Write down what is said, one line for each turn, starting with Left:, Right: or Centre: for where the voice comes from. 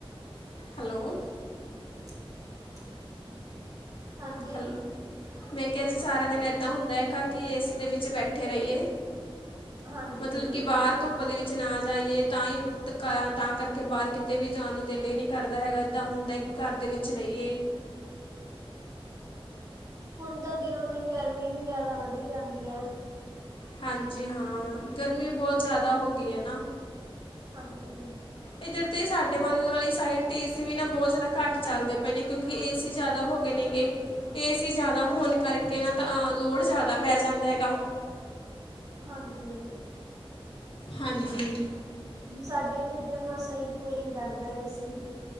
Left: ਹੈਲੋ।
Right: <unintelligible> ਹਾਂਜੀ
Left: ਹੈਲੋ। ਮੈਂ ਕਿਹਾ ਜੀ ਸਾਰਾ ਦਿਨ ਐਦਾਂ ਹੁੰਦਾ ਹੈਗਾ। ਕਿ ਏ ਸੀ ਦੇ ਵਿੱਚ ਬੈਠੇ ਰਈਏ।
Right: ਹਾਂਜੀ
Left: ਮਤਲਬ ਕਿ ਬਾਹਰ ਤੋਂ ਪ ਦੇ ਵਿੱਚ ਨਾ ਜਾਈਏ ਤਾਂ ਈ ਤਾਂ ਕਰਕੇ ਬਾਰ ਕਿਤੇ ਵੀ ਜਾਣ ਨੂੰ ਦਿਲ ਈ ਨੀ ਕਰਦਾ ਹੈਗਾ। ਐਦਾਂ ਹੁੰਦਾ ਕਿ ਘਰ ਦੇ ਵਿੱਚ ਰਈਏ।
Right: ਹੁਣ ਤਾਂ ਦਿਨੋ-ਦਿਨ ਗਰਮੀ ਵੀ ਜਿਆਦਾ ਵਧੀ ਜਾਂਦੀ ਐ।
Left: ਹਾਂਜੀ ਹਾਂ ਗਰਮੀ ਬਹੁਤ ਜ਼ਿਆਦਾ ਹੋ ਗਈ ਐ ਨਾ
Right: ਹਾਂਜੀ।
Left: ਏਧਰ ਤਾਂ ਸਾਡੇ ਵੱਲ ਵਾਲੀ ਸਾਈਡ ਤੇ ਏਸੀ ਵੀ ਨਾ ਬਹੁਤ ਜ਼ਿਆਦਾ ਘੱਟ ਚੱਲਦੇ ਪਏ ਨੇ ਕਿਉਂਕਿ ਏਸੀ ਜ਼ਿਆਦਾ ਹੋ ਨੇਗੇ ਏਸੀ ਜ਼ਿਆਦਾ ਹੋਣ ਕਰਕੇ ਨਾ ਤਾਂ ਲੋਡ ਜ਼ਿਆਦਾ ਪੈ ਜਾਂਦਾ ਹੈਗਾ
Right: ਹਾਂਜੀ।
Left: ਹਾਂਜੀ।
Right: ਸਾਡੀੇ ਵੀ ਉੱਧਰ ਮਸਾਂ ਹੀ ਕੂਲਿੰਗ ਕਰਦਾ ਸੀ।